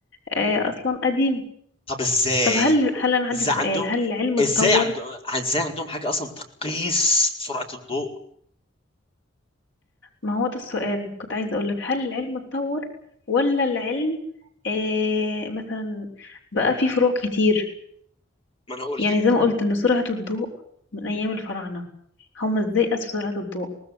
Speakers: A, on the left; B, on the left.
A: آه اصلا قديم
B: طب ازاي
A: طب هل هل انا عندي
B: ازاي
A: سؤال
B: عندهم
A: هل العلم اتطور
B: ازاي عندهم ازاي عندهم حاجه اصلا تقيس سرعه الضوء
A: ما هو ده السؤال كنت عايزه اقول لك هل العلم اتطور ولا العلم آه مثلا بقى فيه فروع كتير
B: ما انا اقول
A: يعني
B: لك
A: زي
B: بقى
A: ما قلت ان سرعة الضوء من ايام الفراعنة هم ازاي قاسوا سرعة الضوء